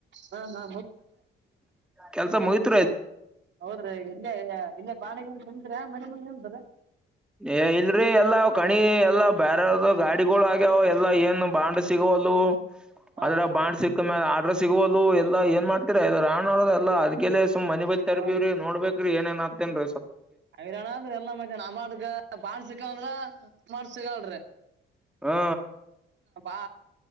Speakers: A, on the right; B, in the centre.
A: ಹಾ ಹಾ
B: ಕೆಲ್ಸ ಮುಗತ್
A: ಹೌದ್ರೀ ಈಗ ಇಲ್ಲೇ ಇಲ್ಲೇ ಬಾಣಗ ತಿಂತರಿ ಮನೆ ಮಂದ ಎಂತರ
B: ಏ ಇಲ್ರಿ ಎಲ್ಲಾ ಕಣಿ ಎಲ್ಲಾ ಬ್ಯಾರೆ ಅವ್ರ್ದು ಗಾಡಿಗಳು ಆಗ್ಯಾವ ಎಲ್ಲಾ ಏನ್ ಬಾಂಡ್ ಸಿಗೋ ಹಲೋ
A: ಹೌದೌದ್ರಿ
B: ಅದ್ರ ಬಾಂಡ್ ಸಿಕ್ಮ್ಯ ಅಡ್ರ ಸಿಗೋವಲ್ಲು ಎಲ್ಲಾ ಏನ್ ಮಾಡ್ತಿರ ಇದು ರಾಣ್ ಒಳದಲ್ಲ ಅದ್ಕೆ ಮನಿ ಬಂದ್ ತಲ್ಪಿವ್ರಿ
A: ಹಾ
B: ನೋಡ್ಬೇಕ್ ರಿ ಏನೇನ್ ಆಗ್ತದ್ ಅಂತ
A: ಹಿರಣ್ಣ ಅಂದ್ರ ಎಲ್ಲ ಮಜ್ಯಾನ ನ ಮಾಡಗ ಬಾಣಸಿಕಂದ್ರ ಮಾಡ್ ಸಿಗಲರೀ.
B: ಹಾ
A: ಬಾ